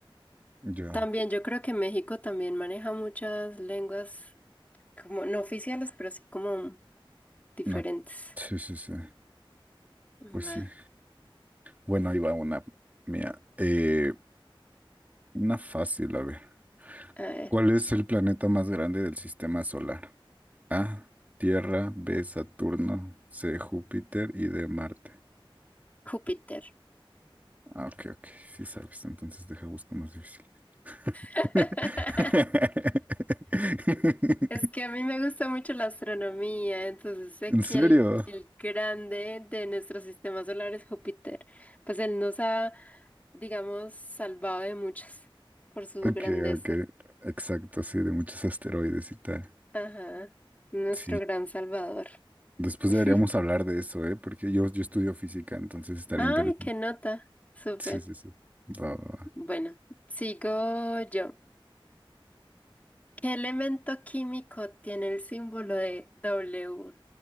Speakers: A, on the right; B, on the left.
A: Yo,
B: También yo creo que México también maneja muchas lenguas como no oficiales, pero sí como diferentes.
A: no. Sí, sí, sí.
B: Va,
A: Pues sí. Bueno, ahí va una mía. Eh, una fácil, a ver.
B: a ver,
A: ¿Cuál es el planeta más grande del sistema solar? A, Tierra, B, Saturno, C, Júpiter y D, Marte.
B: Júpiter.
A: Ah, ok, ok, sí sabes, entonces deja busco más difícil.
B: <laughs>
A: <laughs>
B: Es que a mí me gusta mucho la astronomía, entonces sé
A: ¿En
B: que
A: serio?
B: el, el grande de nuestro sistema solar es Júpiter. Pues él nos ha, digamos, salvado de muchas por su
A: Ok,
B: grandeza.
A: ok, exacto, sí, de muchos asteroides y tal.
B: Ajá, nuestro
A: Sí,
B: gran salvador.
A: después
B: <laughs>
A: deberíamos hablar de eso, ¿eh? Porque yo, yo estudio física, entonces estaría
B: Ay,
A: interesante.
B: qué nota. Súper.
A: Sí, sí, sí. Va, va, va.
B: Bueno, sigo yo. ¿Qué elemento químico tiene el símbolo de W?